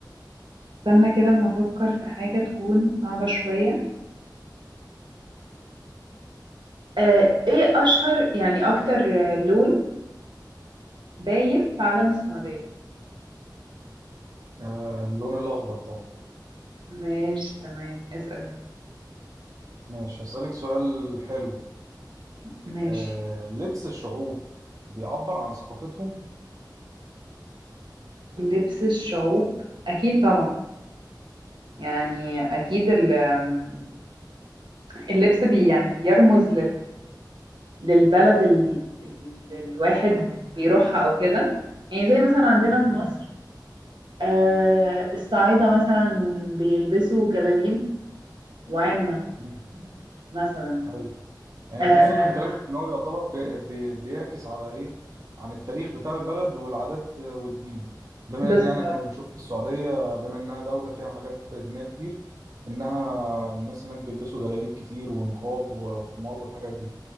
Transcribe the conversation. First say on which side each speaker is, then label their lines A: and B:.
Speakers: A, on the right; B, on the right.
A: استنى كده اما افكر في حاجة تكون صعبة شوية أه، ايه اشهر يعني اكتر آه، لون باين في علم السعودية
B: آه، اللون الاخضر طبعا
A: ماشي تمام اسأل انت
B: ماشي هسألك سؤال حلو
A: ماشي
B: آه، لبس الشعوب بيعبر عن ثقافتهم
A: لبس الشعوب اكيد طبعا يعني اكيد ال- آم، اللبس بي يعني بيرمز للبلد ال- اللي الواحد بيروحها او كده يعني زي مثلا عندنا
B: مم.
A: في مصر آه الصعايدة مثلا بيلبسوا جلاليب وعمة
B: مم.
A: مثلا
B: ايوه يعني
A: آه
B: تقصدي من كلامك ان هو يعتبر بي بي بيعكس على ايه عن التاريخ بتاع البلد والعادات والدين بما
A: بالظبط
B: ان يعني احنا بنشوف في السعودية بما انها دولة فيها حاجات دينية كتير انها الناس هناك بيلبسوا جلاليب كتير ونقاب وخمار والحاجات دي